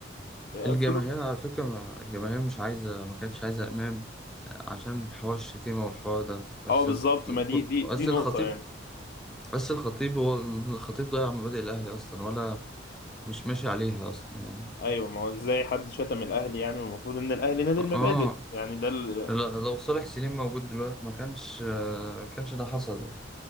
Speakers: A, on the left; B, in the centre.
A: آه
B: الجماهير
A: فلوس
B: على فكره ما... الجماهير مش عايزه ما كانتش عايزه امام عشان حوار الشتيمه والحوار ده بس
A: أه بالظبط
B: الخ- ك-
A: ما دي دي
B: بس
A: دي نقطة
B: الخطيب
A: يعني
B: بس الخطيب هو الخطيب ضيع مبادئ الاهلي اصلا ولا مش ماشي عليها اصلا يعني
A: أيوه ما هو إزاي حد شتم الأهلي يعني المفروض إن الأهلي نادي
B: اه
A: المبادئ يعني ده ال...
B: ل- لو صالح سليم موجود دلوقتي ما كانش آه، كانش ده حصل يعني.